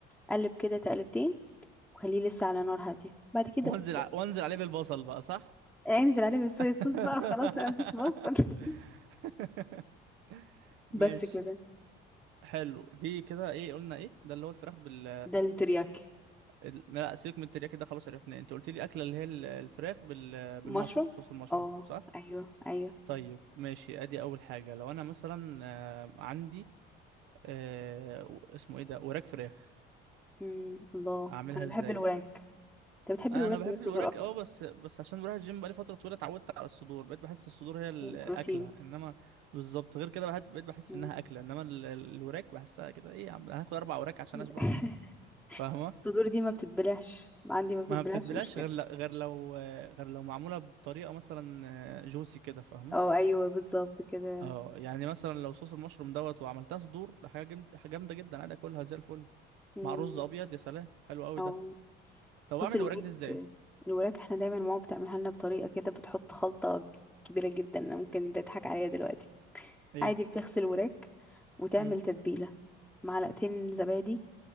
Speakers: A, in the centre; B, on the right (about 80°).
A: قلب كده تقلبتين وخليه لسه على نار هاديه بعد كده
B: وانزل ع... وانزل عليه بالبصل بقى صح
A: انزل عليه بالصويا
B: <laughs>
A: صوص بقى خلاص لا مفيش بصل <laughs>
B: ماشي
A: بس كده
B: حلو دي كده ايه قلنا ايه ده اللي هو الفراخ بال
A: ده الترياكي
B: ال- لا سيبك من الترياكي ده خلاص عرفناه انت قلت لي اكله اللي هي ال- الفراخ بال... بالمشروم
A: مشروم
B: صوص المشروم
A: اه
B: صح
A: ايوه ايوه
B: طيب ماشي ادي اول حاجه لو انا مثلا آه، عندي آه و- اسمه ايه ده وراك فراخ
A: امم الله
B: اعملها
A: انا
B: ازاي
A: بحب الوراك انت بتحب
B: انا
A: الوراك
B: بحب
A: ولا الصدور
B: الوراك
A: اكتر
B: اه بس بس عشان بروح الجيم بقالي فتره طويله اتعودت على الصدور بقيت بحس الصدور هي الاكله
A: بروتين
B: انما بالظبط غير كده بحت- بقيت بحس
A: مم.
B: انها اكله انما ال- ال- الوراك بحسها كده ايه يا عم انا هاكل اربع وراك عشان
A: <laughs>
B: اشبع فاهمه
A: الصدور دي ما بتتبلعش عندي ما بتتبلعش
B: ما بتتبلاش
A: مش مشكلة
B: غير ل- غير لو غير لو معموله بطريقه مثلا جوسي كده فاهمه
A: اه ايوه بالظبط كده
B: اه يعني مثلا لو صوص المشروم دوت وعملتها صدور ده حاجه جامد- حاجة جامده جدا عادي اكلها زي الفل
A: مم.
B: مع رز ابيض يا سلام حلو قوي
A: او
B: ده طب
A: بص
B: اعمل الوراك
A: الوراك
B: دي ازاي
A: الوراك احنا دايما ماما بتعملها لنا بطريقه كده بتحط خلطه كبيره جدا أنا ممكن تضحك عليا دلوقتي
B: ايه
A: عادي بتغسل وراك وتعمل
B: مم.
A: تتبيله معلقتين زبادي